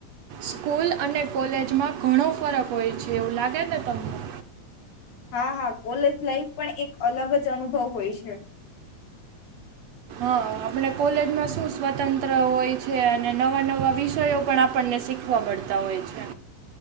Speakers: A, on the right; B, on the left.
A: સ્કૂલ અને કોલેજમાં ઘણો ફરક હોય છે એવું લાગે ને તમને?
B: હા હા કોલેજ લાાઈફ પણ એક અલગ જ અનુભવ હોય છે.
A: હ, આપણે કોલેજમાં શું સ્વતંત્ર હોય છે, અને નવા નવા વિષયો પણ આપણને શીખવા મળતા હોય છે.